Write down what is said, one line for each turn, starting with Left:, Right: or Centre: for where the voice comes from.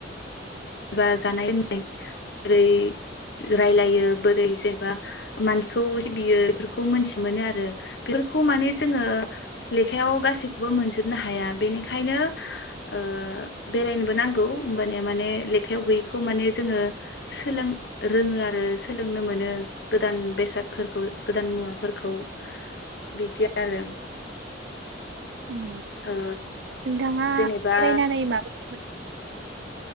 Left: जेबा जानाय लोंनाय बोरै रायलायो बोरै जेबा मानसिखौ सिबियो बेफोरखौ मोनथि मोनो आरो बेफोरखौ माने जोङो लेखायाव गासिखौबो मोनजोब नो हाय बेनिखायनो ओ बेरायनोबो नांगौ होबानिया माने ले खथायाव गैयैखौ माने जोङो सोलों रोङो आरो सोलोंनो मोनो गोदान बेसादफोरखौ गोदान मुवाफोरखौ बिदि आरो।
Right: उम
Left: ओ
Right: नोंथांङा
Left: जेनेबा
Right: बेरायनानै माबोरै